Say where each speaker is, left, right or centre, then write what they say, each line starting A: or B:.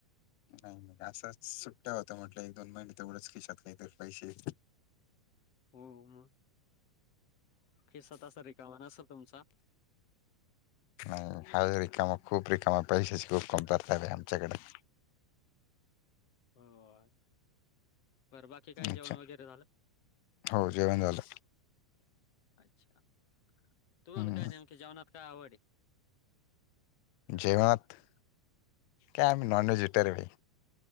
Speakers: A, on the left; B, on the left.
A: नाही नाही असच सुट्टया होत्या म्हटलं एक-दोन महिने तेवढंच खिशात काहीतरी पैसे
B: हो म खिसा तसा रिकामा नसेल तुमचा?
A: नाही हाय रिकामा खूप रिकामा पैशाची खूप कमतरताये आमच्याकडे.
B: हो बरं बाकी काही
A: अच्छा
B: जेवण वगैरे झाल?
A: हो जेवण झालं
B: अच्छा तुम्हाला
A: हम्म.
B: काय नेमक जेवणात काय आवडयं
A: जेवनातं कायम नन
B: हो.
A: वेज इतरे वेळी.